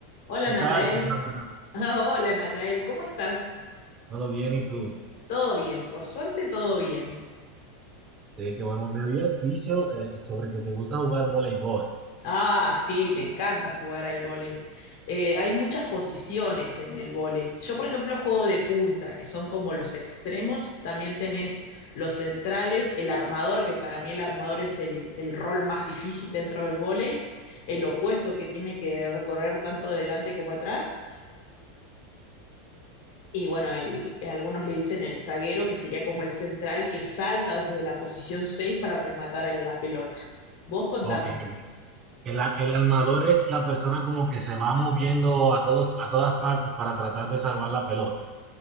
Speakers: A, on the left (about 70°); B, on the right (about 35°).
A: Hola
B: ¿Qué
A: Natael.
B: tal, Fernanda?
A: <laughs> Hola Natael, ¿cómo estás?
B: ¿Todo bien y tú?
A: Todo bien, por suerte todo bien.
B: Sí, que bueno, me habías dicho eh, sobre que te gusta jugar voleibol.
A: Ah, sí, me encanta jugar al vóley. Eh, hay muchas posiciones en el vóley. Yo, por ejemplo, juego de punta, que son como los extremos. También tenés los centrales, el armador, que para mí el armador es el, el rol más difícil dentro del vóley, el opuesto que tiene que recorrer tanto delante como atrás. Y bueno, el- algunos le dicen el zaguero, que sería como el central que salta desde la posición 6 para rematar en la pelota. Vos contame.
B: Ok, ok. El, a- el armador es la persona como que se va moviendo a todos, a todas partes para tratar de salvar la pelota.